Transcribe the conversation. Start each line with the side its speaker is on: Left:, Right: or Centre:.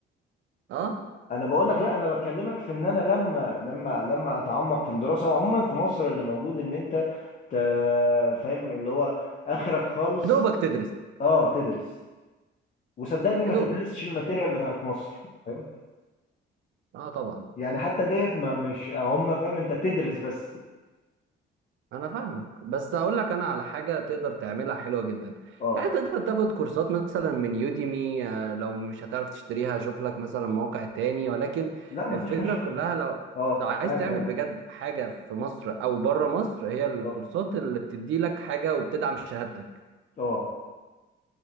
Right: اه
Left: انا بقول لك لا انا بكلمك في ان انا لما لما لما اتعمق في الدراسه وعموما في مصر اللي موجود ان انت ت- فاهم اللي هو اخرك خالص
Right: يا دوبك تدرس
Left: اه تدرس وصدقني ما
Right: يا دوبك
Left: تدرسش الماتيريال بتاعت مصر فاهم
Right: اه طبعا
Left: يعني حتى ديت ما مش هم فاهم انت تدرس بس
Right: انا فاهمك بس هقول لك انا على حاجه تقدر تعملها حلوه جدا
Left: اه
Right: يعني تقدر تاخد كورسات مثلا من يوديمي آه، لو مش هتعرف تشتريها شوف لك مثلا موقع تاني ولكن
Left: لا ما
Right: الفكره
Left: فيش مشاكل
Right: كلها لو
Left: اه
Right: لو عايز
Left: معاك
Right: تعمل
Left: معاك
Right: بجد حاجه في مصر او بره مصر هي الكورسات
Left: اه
Right: اللي بتدي لك حاجه وبتدعم شهادتك
Left: اه